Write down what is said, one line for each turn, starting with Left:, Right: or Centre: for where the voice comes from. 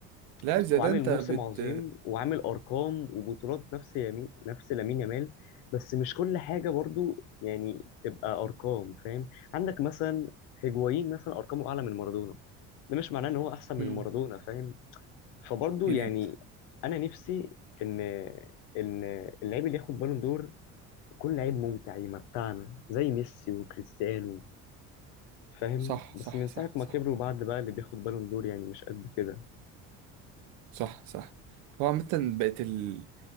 Right: لا
Left: بص
Right: زي
Left: هو
Right: ده
Left: عامل
Right: انت
Left: موسم
Right: بت
Left: عظيم وعامل أرقام وبطولات نفس يمين نفس لامين يامال بس مش كل حاجة برضو يعني تبقى أرقام فاهم عندك مثلا هيجوايين مثلا أرقامه أعلى من مارادونا ده مش معناه ان هو احسن من
Right: مم.
Left: مارادونا فاهم فبرضه
Right: اكيد
Left: يعني انا نفسي ان ان اللعيب اللي ياخد بالون دور يكون لعيب ممتع يمتعنا زي ميسي وكريستيانو فاهم
Right: صح
Left: بس
Right: صح
Left: من
Right: صح
Left: ساعه ما
Right: صح
Left: كبروا بعد بقى اللي بياخد بالون دور يعني مش قد كده
Right: صح صح هو عامة بقت ال...